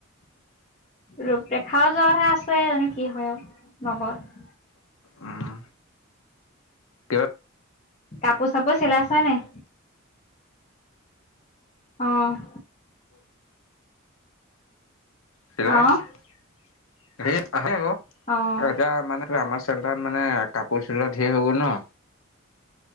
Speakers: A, on the left (about 35°); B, on the left (about 85°).
A: ৰূপ ৰেখাওঁ যোৱা কথা আছে জানো কি হয় লগত
B: উম কিবা
A: কাপোৰ চাপোৰ চিলাই হয় নাই অঁ
B: চিলাই
A: অ',
B: <unintelligible> এতিয়া
A: অ',
B: মানে আমাৰ চেণ্টাৰ <unintelligible> মানে কাপোৰ চিলোৱা ঢেৰ হৈ গ'ল ন